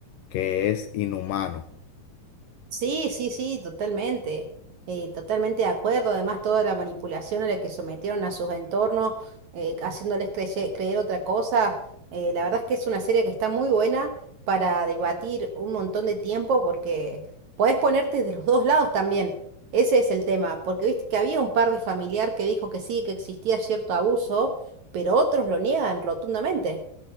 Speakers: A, on the left; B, on the right.
A: que es inhumano.
B: Sí, sí, sí, totalmente. eh, totalmente de acuerdo. Además, toda la manipulación a la que sometieron a sus entornos, eh, haciéndoles creye- creer otra cosa. eh, la verdad es que es una serie que está muy buena para debatir un montón de tiempo porque podés ponerte de los dos lados también. Ese es el tema. Porque viste que había un par de familiar que dijo que sí, que existía cierto abuso, pero otros lo niegan rotundamente.